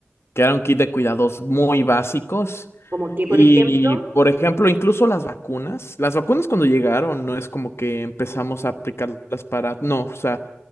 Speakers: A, on the left; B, on the right.
A: que era un kit de cuidados muy básicos.
B: Como que, por
A: Y,
B: ejemplo,
A: por ejemplo, incluso las vacunas, las vacunas cuando llegaron, no es como que empezamos a aplicarlas para, no, o sea,